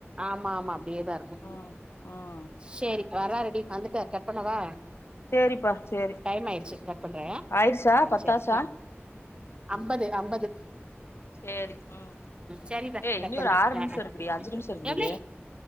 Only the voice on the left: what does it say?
ம் ம்
சேரிப்பா சேரி
ஆயிடுச்சா
பத்தாச்சா
சேரி ம்
ஏ
இனி
ஒரு ஆறு நிமிஷோ
இருக்குடி அஞ்சு நிமிஷோ இருக்குடி